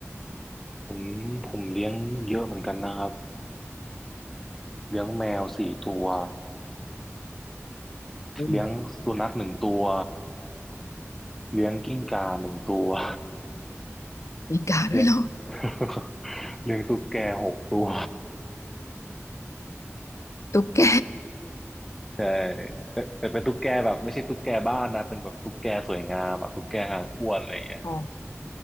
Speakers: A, in the centre; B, on the left.
A: ผมผมเลี้ยงเยอะเหมือนกันนะครับเลี้ยงแมวสี่ตัว
B: อืม
A: เลี้ยงสุนัขหนึ่งตัวเลี้ยงกิ้งก่าหนึ่งตัว <laughs>
B: มีกาด้วยเหรอ
A: เลี้ยง <laughs> เลี้ยงตุ๊กแกหกตัว
B: ตุ๊กแก
A: ใช่แต่แต่เป็นตุ๊กแกแบบไม่ใช่ตุ๊กแกบ้านนะเป็นแบบตุ๊กแกสวยงามอะตุ๊กแกหางอ้วนอะไรอย่างเงี้ย
B: อ๋อ